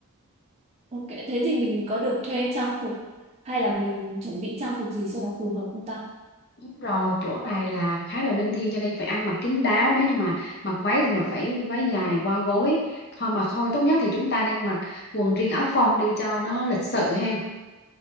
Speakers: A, on the right (about 30°); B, on the left (about 45°).
A: Ok, thế thì mình có được thuê trang phục hay là mình chuẩn bị trang phục gì cho nó phù hợp không ta?
B: Đúng rồi chỗ này là khá là linh thiêng cho nên phải ăn mặc kín đáo nếu như mà mặc váy thì mặc phải váy dài qua gối thôi mà thôi tốt nhất thì chúng ta nên mặc quần riêng áo phông đi cho nó lịch sự ha